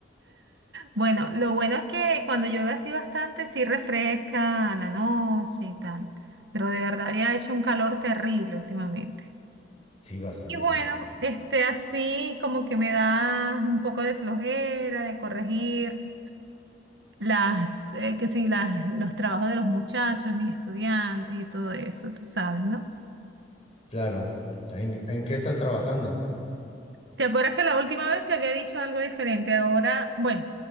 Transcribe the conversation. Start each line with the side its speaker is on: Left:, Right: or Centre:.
Right: bueno, lo bueno es que cuando llueve así bastante, sí refresca a la noche y tal, pero de verdad había hecho un calor terrible últimamente.
Left: Sí, bastante.
Right: Y bueno, este así como que me da un poco de flojera de corregir las, eh, que sí, las, los trabajos de los muchachos, mis estudiantes y todo eso, tú sabes, ¿no?
Left: Claro. ¿En, en qué estás trabajando?
Right: ¿Te acuerdas que la última vez te había dicho algo diferente? Ahora, bueno,